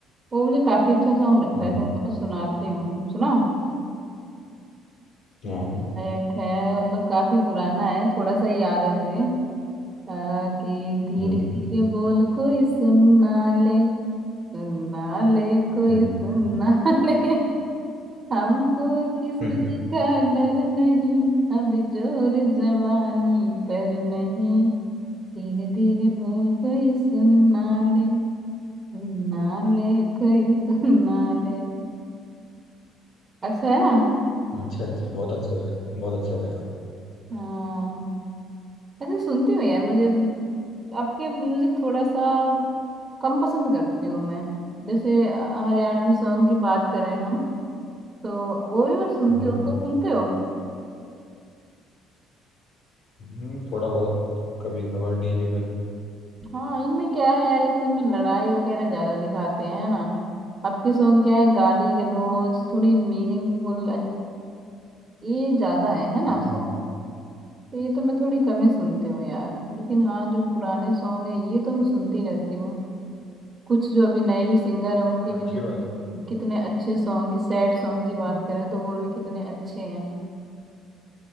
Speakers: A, on the right; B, on the left.
A: वो मुझे काफी अच्छा सॉन्ग लगता
B: हम्म
A: है तो, तो मैं सुनाती हूँ सुना
B: हाँ
A: एक है मतलब काफी पुराना है थोड़ा सा याद है मुझे आ, कि धीरे
B: हम्म
A: धीरे बोल कोई सुनना ले सुनना ले कोई
B: हम्म
A: सुनना <laughs> ले हमको किसी
B: हम्म। <laughs>
A: का डर नहीं अब जोर जवानी पर नहीं धीरे धीरे बोल कोई सुनना ले सुनना ले कोई सुनना ले अच्छा है ना
B: अच्छा अच्छा बहुत अच्छा गाया बहुत अच्छा गाया
A: हाँ ऐसे सुनती हूँ यार मुझे आपके म्यूजिक थोड़ा सा कम पसंद करती हूँ मैं जैसे अ, हरियाणवी सॉन्ग की बात करें हम तो वो भी मैं सुनती
B: हम्म
A: हूँ तो सुनते हो
B: हम्म, थोड़ा बहुत कभी कभार डीजे पे
A: हाँ इनमें क्या है यार एक तो इनमें लड़ाई वगैरह ज्यादा दिखाते हैं है ना आपके सॉन्ग क्या है गाली गलौज थोड़ी मीनिंगफुल ये ज्यादा है है ना
B: हम्म
A: सॉन्ग तो ये तो मैं थोड़ी कम ही सुनती हूँ यार लेकिन हाँ जो पुराने सॉन्ग है ये तो मैं सुनती रहती हूँ कुछ जो अभी नए भी सिंगर है उनके भी
B: अच्छी
A: देखो
B: बात
A: कितने अच्छे सॉन्ग सैड सॉन्ग की बात करें तो वो भी कितने अच्छे हैं